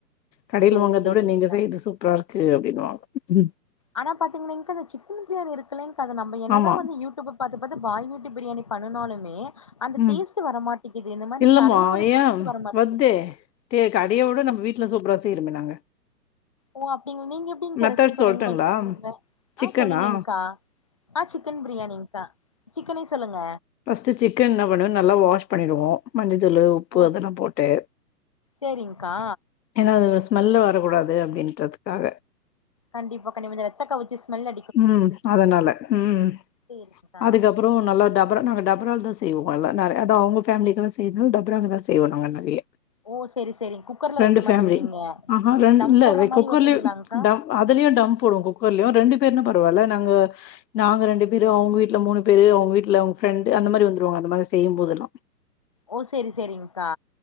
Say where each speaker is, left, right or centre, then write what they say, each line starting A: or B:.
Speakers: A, on the left (about 85°); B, on the left (about 20°).
A: கடைல
B: சேரி
A: வாங்கத
B: சேரிங்க்கா
A: விட நீங்க செய்றது சூப்ராக்கு அப்டின்னுவாங்க ம்
B: ஆனா பாத்தீங்கன்னாங்க இந்த சிக்கன் பிரியாணி இருக்குலேங்கா அது நம்ம என்னதா
A: ஆமா.
B: வந்து யூடியூப் பாத்து பாத்து பாய் வீட்டு பிரியாணி பண்ணுனாலுமே அந்த
A: ம்.
B: டேஸ்ட் வர மாட்டேக்கிது இந்த மாரி
A: இல்லம்மா,
B: கடையோட டேஸ்ட்
A: ஏன்
B: வர மாட்டேக்கிது
A: வருதே! டே கடையோட நம்ப வீட்ல சூப்ரா செய்ரோமே நாங்க
B: ஓ அப்டி நீங்க எப்படிங்கா
A: மெத்தட்
B: ரெஸிபி பண்ணுவீங்கு
A: சொல்லட்டுங்களா?
B: கொஞ்ச சொல்றீங்ளா ஆ
A: சிக்கனா?
B: சொல்லுங்கங்கா ஆ சிக்கன் பிரியாணிங்கா சிக்கனே சொல்லுங்க
A: ஃபஸ்ட் சிக்கன் என்னா பண்ணுவ நல்லா வாஷ் பண்ணிடுவோ மஞ்ச தூளு உப் பு
B: ஓ
A: அதெல்லா போட்டு
B: சேரிங்க்கா
A: ஏன்னா அது ஒரு ஸ்மெல்லு வரக்கூடாது அப்டின்றதுக்காக
B: கண்டிப்பா கண்டிப்பா இந்த ரத்த கவுச்சி ஸ்மெல்
A: ம் அதுனால ம்
B: சேரி
A: அதுக்கப்புற நல்லா டபரா நாங்க டப ரால்தா செய்வோ நல்லா நெறைய அதோ அவங்க ஃபேமிலிக்கெல்லா செய்றனால டபராலதா செய்வோ நாங்க நெறைய
B: ஓ சேரி சேரி குக்கர்ல
A: ரெண்டு
B: வைக்க மாட்டீங்க
A: ஃபேமிலி
B: நீங்க
A: ஆ ரெ
B: தம்
A: இல்ல
B: போடுற மாரி
A: குக்கர்லே
B: வைப்பீங்களாங்க்கா
A: அதுலயு டம்ப் போடுவோ குக்கர்லயு ரெண்டு பேருன்னா பரவால்ல நாங்க நாங்க ரெண்டு பேரு அவுங்க வீட்ல மூணு பேரு அவுங்க வீட்ல அவுங்க ஃப்ரெண்டு அந்த மாரி வந்துருவாங்க அந்த மாரி செய்யும் போதெல்லா
B: ஓ சேரி சேரிங்க்கா